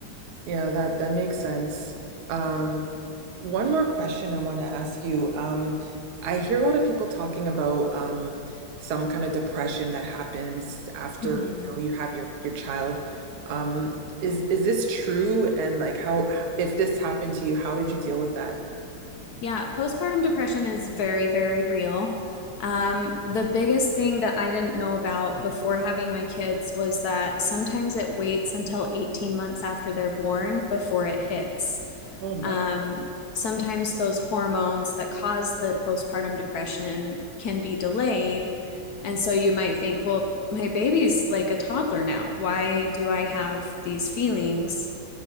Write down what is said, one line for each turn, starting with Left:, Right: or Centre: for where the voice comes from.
Right: Yeah, that that makes sense. Um, one more question I want to ask you. Um, I hear a lot of people talking about um, some kind of depression that happens after,
Left: Mhm.
Right: you know, you have your your child. Um, is is this true? And like, how h- if this happened to you, how did you deal with that?
Left: Yeah, postpartum depression is very, very real. Um, the biggest thing that I didn't know about before having my kids was that sometimes it waits until 18 months after they're born before it hits.
Right: Oh my,
Left: Um, sometimes those hormones that cause the postpartum depression can be delayed. And so you might think, well, my baby's like a toddler now. Why do I have these feelings?